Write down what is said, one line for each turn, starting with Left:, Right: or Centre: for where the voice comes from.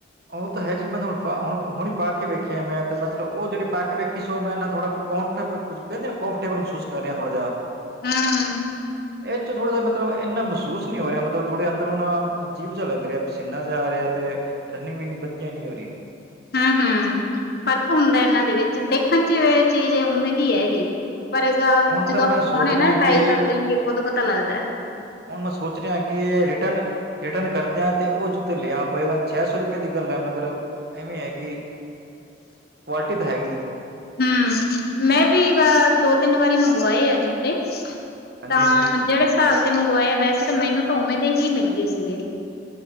Right: ਉਹ ਤਾਂ ਹੈ। ਜੀ ਮੈਂ ਹੁਣ ਹੁਣੀ ਪਾ ਕੇ ਵੇਖਿਆ। ਮੈਂ ਤੇ ਮਤਲਬ ਉਹ ਜਿਹੜੇ ਪਾ ਕੇ ਵੇਖੀ ਸੀ। ਉਹ ਮੈਂ ਨਾ ਥੋੜਾ ਫ ਕਦੇਫਰੇਬ ਮਹਿੂਸ ਕਰਹੇਹਾ ਥੋੜ੍ਹਾਿਹਾ
Left: ਹਾਂ
Right: ਇਹ ਚ, ਥੋੜਾ ਜਿ ਮਤਲਬ, ਇੰਨਾ ਮਹਿਸੂਸ ਨਹੀਂ ਹੋ ਰਿਹਾ। ਮਤਲਬ ਥੋੜੇ ਅੰਦਰ ਹੋਣਾ, ਅਜੀਬ ਜਿਹਾ ਲੱਗ ਰਿਹਾ। ਪਸੀਨਾ ਜਾ ਰਿਹਾ ਤੇ, ਰਨਿੰਗ ਵੀ ਇੰਨੀ ਵਧੀਆ ਨਹੀਂ ਹੋ ਰਹੀ।
Left: ਹਮ- ਹਮ ਫ਼ਰਕ ਹੁੰਦਾ। ਇਹਨਾਂ ਦੇ ਵਿੱਚ ਦੇਖਣ ਚ, ਇਹ ਚੀਜ਼ ਉਵੇਂ ਦੀ ਹੈ। ਇਹ ਪਰ ਇਹ ਗਾ
Right: ਹੁਣ
Left: ਜਦੋਂ
Right: ਤਾਂ ਮੈਂ
Left: ਆਪਾਂ
Right: ਸੋਚ
Left: ਪਾਉਣੇ
Right: ਰਿਹਾ
Left: ਨਾ, ਟਰਾਈ
Right: ਕਿ
Left: ਕਰ ਦੇਗੇ ਉਦੋਂ ਪਤਾ ਲੱਗਦਾ।
Right: ਹੁਣ ਮੈਂ ਸੋਚ ਰਿਹਾ। ਕਿ ਇਹ ਰਿਟਰਨ ਰਿਟਰਨ ਕਰਦਿਆਂ ਤੇ ਉਹ ਜੁੱਤੇ ਲਿਆ। ਕੋਈ ਛੇ ਸੌ ਰੁਪਏ ਦੀ ਗੱਲ ਹੈ। ਮਗਰ ਐਵੇਂ ਹੈਗੀ, ਕੁਆਲਿਟੀ ਤਾਂ ਹੈਗੀ।
Left: ਹਮ, ਮੈਂ ਵੀ ਦੋ- ਤਿੰਨ ਵਾਰੀ ਮੰਗਵਾਏ ਆ ਜੁੱਤੇ।
Right: ਹਾਂਜੀ
Left: ਤਾਂ
Right: ਹਾਂਜੀ
Left: ਜਿਹੜੇ ਹਿਸਾਬ ਤੇ ਮੰਗਵਾਏ ਆ। ਵੈਸੇ ਤਾਂ ਮੈਨੂੰ ਤਾਂ ਉਵੇਂ ਦੇ ਹੀ ਮਿਲ ਗਏ ਸੀਗੇ।